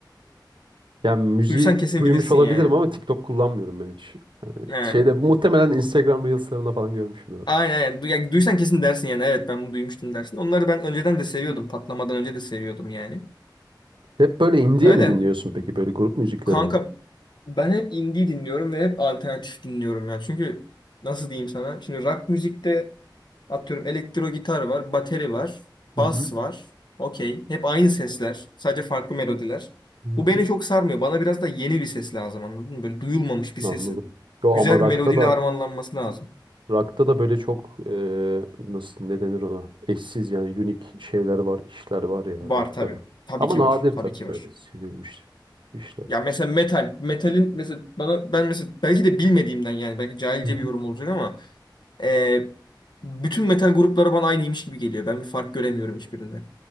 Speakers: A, on the right; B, on the left.
A: yani müziği
B: Duysan kesin
A: duymuş
B: bilirsin
A: olabilirim
B: yani.
A: ama TikTok kullanmıyorum ben hiç.
B: Yani,
A: Şeyde muhtemelen Instagram Reels'larında falan görmüşümdür ama.
B: aynen. aynen. Du- ya duysan kesin dersin yani. Evet ben bunu duymuştum dersin. Onları ben önceden de seviyordum. Patlamadan önce de seviyordum yani.
A: Hep böyle indie
B: Öyle.
A: mi dinliyorsun peki? Böyle grup müzikleri
B: Kanka
A: mi?
B: ben hep indie dinliyorum ve hep alternatif dinliyorum yani Çünkü nasıl diyeyim sana? Şimdi rock müzikte Atıyorum elektro gitar var, bateri var,
A: Hı
B: bas
A: hı.
B: var. Okey. Hep aynı sesler. Sadece farklı melodiler.
A: Hı
B: Bu beni
A: hı.
B: çok sarmıyor. Bana biraz da yeni bir ses lazım anladın mı? Böyle duyulmamış bir
A: Anladım.
B: sesin
A: Yo
B: güzel
A: ama rock'ta
B: bir melodiyle
A: da
B: harmanlanması lazım.
A: rock'ta da böyle çok eee, nasıl ne denir ona? Eşsiz yani unique şeyler var, işler var ya
B: Var
A: rock'ta
B: tabii.
A: da.
B: Tabii
A: Ama
B: ki
A: nadir
B: var. Tabii
A: tabii
B: ki var.
A: böyle sevilmiş işler.
B: Ya mesela metal. Metalin mesela bana ben mesela belki de bilmediğimden yani belki cahilce
A: Hı hı.
B: bir yorum olacak ama e, bütün metal grupları bana aynıymış gibi geliyor. Ben bir fark göremiyorum hiçbirinde.